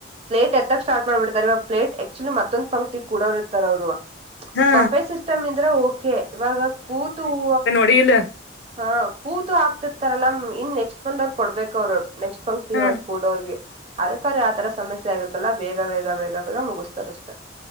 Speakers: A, on the right; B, on the left.
A: ಪ್ಲೇಟ್ ಎತ್ತಕ್ ಸ್ಟಾರ್ ಮಾಡ್ಬಿಡ್ತಾರೆವಾಗ ಪ್ಲೇಟ್ ಆಕ್ಚುಲಿ ಮತ್ತೊ್ ಪಂಕ್ತಿ ಕೂಡೋರು ಇರ್ತ ಅವ್ರು
B: ಹಾ
A: ಬಫೆ ಸಿಸ್ಟಮ್ ಇಂದ್ರೆ ಓಕೆ ಇವಾಗ ಕೂತು ಹೂ
B: ಅಡಲ
A: ಹಾ ಕೂತು ಹಾಕ್ತಿರ್ತಾರಲ್ಲ ಇನ್ ನೆಕ್ಸ್ಟ್ ಬಂದ ಅವರು ಕೊಡ್ಬೇಕ ಅವ್ರು ನೆಕ್ಸ್ಟ್ ಬತೀವಿ
B: ಹ
A: ಅವ್ರ ಕೂಡೋಗೆ ಅದಕ್ರ ಆ ತರ ಸಮಸ್ಯೆ ಆಗತ್ತೆ ಮಲ್ಲಾ ಬೇಗ ಬೇಗ ಬೇಗ ಬೇಗ ಮುಗಿಸ್ತಾರಷ್ಟೆ